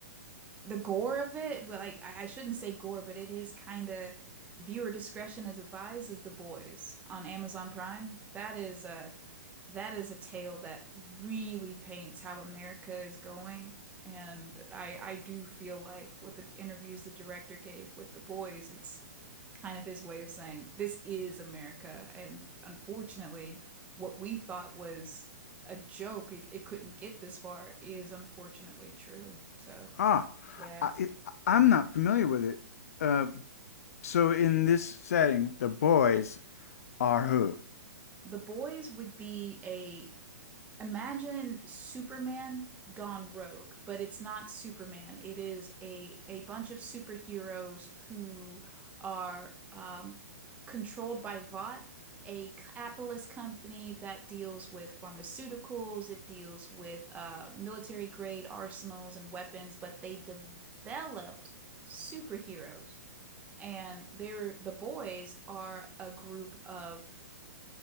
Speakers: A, on the right; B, on the left.
A: the gore of it. Well, like I, I shouldn't say gore, but it is kind of viewer discretion is advised. Is The Boys on Amazon Prime? That is uh, that is a tale that really paints how America is going. And I I do feel like with the interviews the director gave with the boys, it's kind of his way of saying this is America. And unfortunately, what we thought was a joke, it, it couldn't get this far, is unfortunately true. So,
B: Ah,
A: yeah.
B: I, I'm not familiar with it. Uh, so in this setting, the boys are who?
A: The Boys would be a Imagine Superman gone rogue, but it's not Superman. It is a a bunch of superheroes who are um, controlled by Vought, a capitalist company that deals with pharmaceuticals. It deals with uh, military grade arsenals and weapons, but they developed superheroes, and they're the boys are a group of